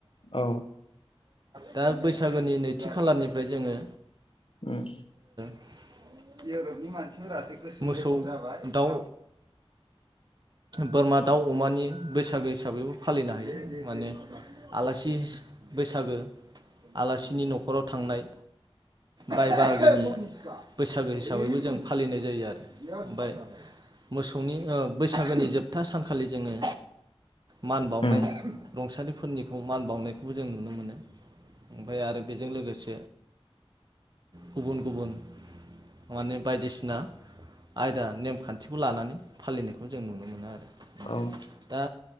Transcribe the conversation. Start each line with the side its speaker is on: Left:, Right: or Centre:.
Left: औ
Right: दा बैसागोनि नैथि खालारनिफ्राय जोंङो
Left: उम
Right: <inaudible> मोसौ दाउ बोरमा दाउ अमानि बैसागो हिसाबैबो फालिनो हायो। माने आलासि बैसागो आलासिनि न'खराव थांनाय बाय बाहागिनि बैसागो हिसाबैबो जों फालिनाय जायो आरो। औ मोसौनि ओ बैसागोनि जोब था सानखालि जोंङो मान बावनाय
Left: उम
Right: रुंसारिफोरनिखौ मान बावनाय खौ जों नुनो मोनो। ओमफ्राय आरो बेजों लोगोसे गुबुन गुबुन माने बायदिसिना आयदा नेमखान्थिखौ लानानै फालिनायखौ जों नुनो मोनो आरो।
Left: औ
Right: दा